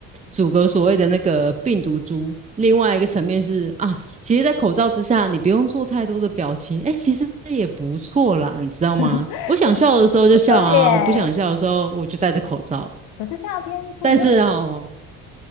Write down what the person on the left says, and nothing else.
<laughs>
对耶，
可是夏天不热吗